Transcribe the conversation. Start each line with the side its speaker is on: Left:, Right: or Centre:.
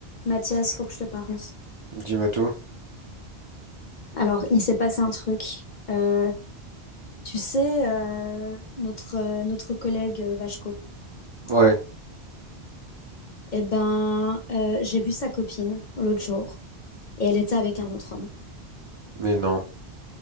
Left: Mathias, faut que je te parle.
Right: Dis-moi tout.
Left: Alors, il s'est passé un truc. Euh, tu sais, euh, notre, euh, notre collègue euh, Vachko,
Right: Ouais,
Left: eh ben, euh, j'ai vu sa copine l'autre jour et elle était avec un autre homme.
Right: mais non.